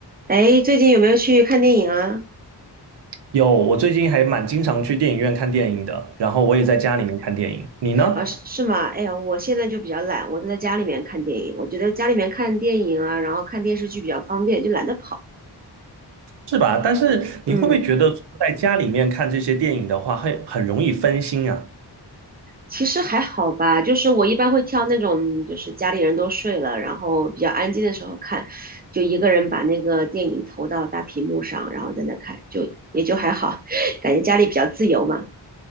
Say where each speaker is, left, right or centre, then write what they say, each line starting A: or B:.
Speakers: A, on the right; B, on the right.
A: 哎，最近有没有去看电影啊？
B: 有，我最近还蛮经常去电影院看电影的，然后我也在家里面看电影。你呢？
A: 啊，是是吗？哎呀，我现在就比较懒，我都在家里面看电影。我觉得家里面看电影啊，然后看电视剧比较方便，就懒得跑。
B: 是吧？但是你会不会觉得在家里面看这些电影的话，
A: 嗯，
B: 会很容易分心啊？
A: 其实还好吧，就是我一般会挑那种就是家里人都睡了，然后比较安静的时候看，就一个人把那个电影投到大屏幕上，然后在那看，就也就还好，<laughs> 感觉家里比较自由嘛。